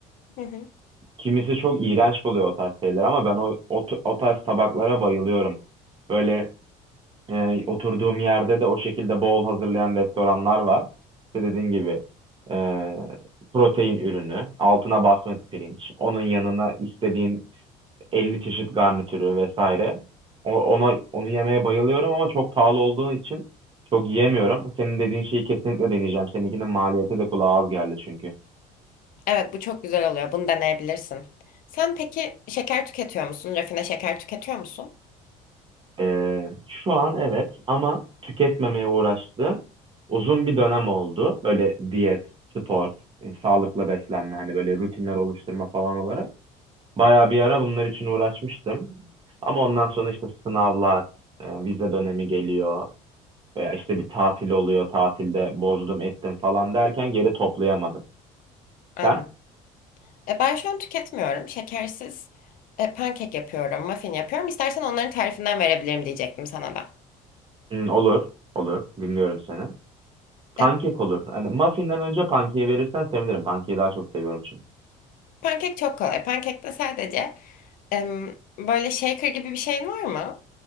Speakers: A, on the left; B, on the right.
A: Hı hı.
B: Kimisi çok iğrenç buluyor o tarz şeyler ama ben o, o, t- o tarz tabaklara bayılıyorum. Böyle E, oturduğum yerde de o şekilde bol hazırlayan restoranlar var. İşte dediğin gibi e, protein ürünü, altına basmati pirinç, onun yanına istediğin 50 çeşit garnitürü vesaire. O- ona onu yemeye bayılıyorum ama çok pahalı olduğu için çok yiyemiyorum. Senin dediğin şeyi kesinlikle deneyeceğim. Seninkinin maliyeti de kulağa az geldi çünkü.
A: Evet bu çok güzel oluyor. Bunu deneyebilirsin. Sen peki şeker tüketiyor musun? Rafine şeker tüketiyor musun?
B: Ee, şu an evet ama tüketmemeye uğraştığım uzun bir dönem oldu. Böyle diyet, spor, e, sağlıklı beslenme hani böyle rutinler oluşturma falan olarak. Bayağı bir ara bunlar için uğraşmıştım. Ama ondan sonra işte sınavlar, e, vize dönemi geliyor veya işte bir tatil oluyor. Tatilde bozdum ettim falan derken geri toplayamadım.
A: Anladım.
B: Sen?
A: E, ben şu an tüketmiyorum. Şekersiz e, pankek yapıyorum, muffin yapıyorum. İstersen onların tarifinden verebilirim diyecektim sana da.
B: Hı, olur, olur. Dinliyorum seni. Pankek
A: E,
B: olur. Hani muffin'den önce pankeyi verirsen sevinirim. Pankeyi daha çok seviyorum çünkü.
A: pankek çok kolay. Pankekte sadece em, böyle shaker gibi bir şeyin var mı?